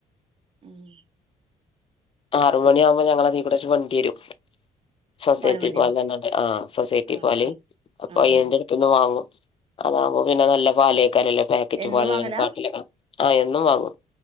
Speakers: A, on the right; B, on the left.
A: മ്
B: ആറു മണി ആകുമ്പോ ഞങ്ങളതീ കുടൊക്കെ വണ്ടി വരും സൊസൈറ്റി
A: പാലും വണ്ടിയോ
B: പാൽന്നറിഞ്ഞിട്ട് ആ സൊസൈറ്റി
A: ആഹ്
B: പാല്
A: ആഹ്
B: ആ
A: ആഹ്
B: പയ്യന്റെ
A: ആഹ്
B: ടുത്ത്ന്ന് വാങ്ങും അതാവുമ്പോ പിന്നെ നല്ല പാലേക്കാരല്ലേ പേക്കറ്റ്
A: എന്നും
B: പാല്
A: വാങ്ങലാ
B: കാട്ടിലൊക്കെ ആ എന്നും വാങ്ങും